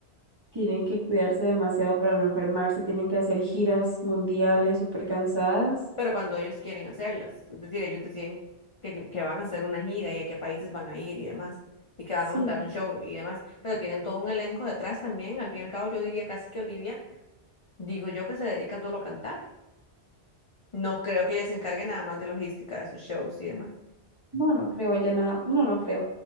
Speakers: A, on the right (about 35°); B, on the left (about 55°).
A: tienen que cuidarse demasiado para no enfermarse, tienen que hacer giras mundiales súper cansadas.
B: pero cuando ellos quieren hacerlas, es decir, ellos deciden que, que- que van a hacer una gira y a qué países van a ir y demás, y que van
A: Sí,
B: a montar un show y demás, pero tienen todo un elenco detrás también, al fin y al cabo yo diría casi que Olivia, digo yo que se dedica solo a cantar, no creo que ella se encargue nada más de logística de sus shows y demás.
A: no, no creo, ella nada, no, no creo.